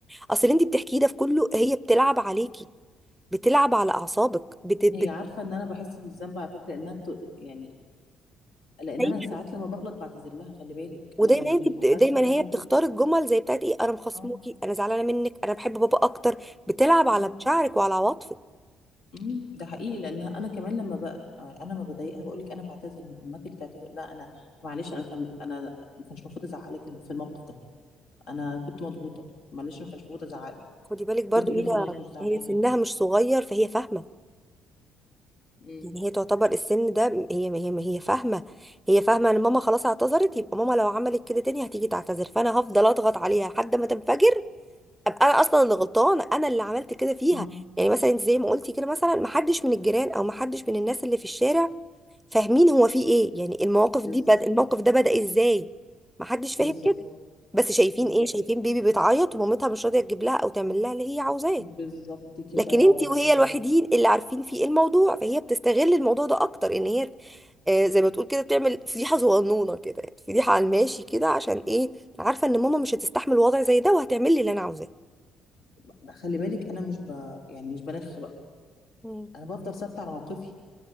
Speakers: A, in the centre; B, on the left.
A: اصل اللي انت بتحكيه ده في كله هي بتلعب عليكي بتلعب على اعصابك بت... بت...
B: هي عارفة ان انا بحس بالذنب على فكرة انها بت... يعني لان
A: دايما
B: انا ساعات لما بغلط بعتذر لها خلي بالك
A: ودايما
B: انا مش
A: انت
B: من
A: بت...
B: الامهات
A: دايما
B: اللي تعمل
A: هي بتختار
B: كده
A: الجمل زي بتاعت ايه انا مخصموكي
B: اه
A: انا زعلانه منك انا بحب بابا اكتر بتلعب على
B: اه
A: مشاعرك وعلى عواطفك
B: امم ده حقيقي لان انا كمان لما بقى انا ما بضايقها بقول لك انا بعتذر من امهاتي اللي تعتذر لا انا معلش انا كان انا ما كانش المفروض ازعق لك في الموقف ده انا كنت مضغوطه معلش ما كانش المفروض ازعق لك.
A: خدي بالك برضو
B: بتقولي
A: هي
B: خلاص مش زعلانة
A: هي سنها مش صغير فهي فاهمة
B: امم
A: يعني هي تعتبر السن ده هي هي هي فاهمة هي فاهمة ان ماما خلاص اعتذرت يبقى ماما لو عملت كده تاني هتيجي تعتذر فانا هفضل اضغط عليها لحد ما تنفجر ابقى انا اصلا اللي غلطانة انا اللي عملت كده فيها
B: مم. آه.
A: يعني مثلا انت زي ما قلتي كده مثلا محدش من الجيران او محدش من الناس اللي في الشارع فاهمين هو في ايه يعني المواقف
B: بالظبط
A: دي بد... الموقف ده بدأ ازاي محدش فاهم
B: بالظبط
A: كده بس شايفين
B: بالظبط
A: ايه شايفين بيبي بتعيط ومامتها مش راضية تجيب لها او تعمل لها اللي هي عاوزاه
B: بالظبط كده
A: لكن انت وهي
B: بالظبط
A: الوحيدين اللي عارفين فيه الموضوع فهي بتستغل الموضوع ده اكتر ان هي آه، زي ما تقول كده بتعمل فضيحه صغنونه كده يعني فضيحه على الماشي كده عشان ايه عارفه ان ماما مش هتستحمل وضع زي ده وهتعمل لي اللي انا عاوزاه
B: ب- خلي بالك انا مش ب... يعني مش بنخ بقى
A: مم.
B: انا بفضل ثابته على موقفي